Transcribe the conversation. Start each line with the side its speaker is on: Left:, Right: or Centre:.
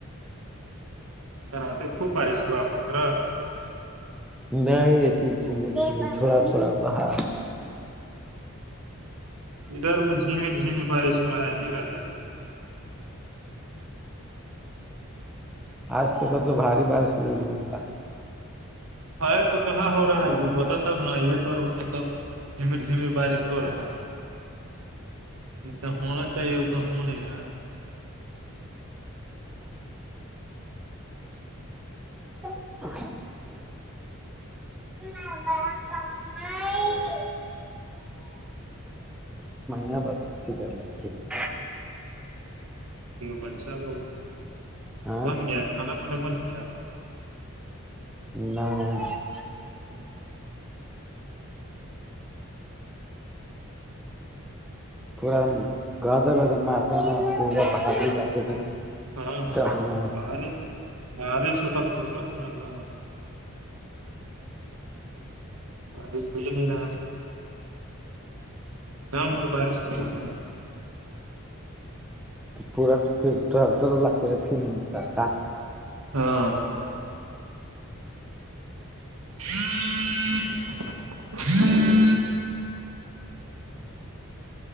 Right: <unintelligible>
Centre: نہیں ایک چیز میں تھوڑا تھوڑا باہر
Right: ادھر بھی جمیر جھیمیر بارش ہو رہا ہے ج رات سے
Centre: آج تو کا تو باری بارش نہیں <unintelligible>
Right: ہ تو کہاں ہو رہا ہے ج ہوتا تب نا یہ تو مطلب جمر جمر بارش رہا جتنا ہونا چاہیے اتنا ہو نہیں رہا ہے <unintelligible>
Centre: ا <unintelligible> <unintelligible> یا بس معافی کر لکھی <unintelligible>
Right: بچا لوگ
Centre: ہاں
Right: بن گیا کھانا پینا بن گیا
Centre: نہیں
Right: <inaudible>
Centre: پورا گدا گد مارتا <unintelligible>
Right: ہاں
Centre: کرنا
Right: ہاں بارش بارش ہوتا پرکاس ن ایک دم بارش کھل نہیں رہا <unintelligible> نام کے بار پت نا
Centre: تو پورا پھر ررھی نہیں ٹگ
Right: ہاں <unintelligible>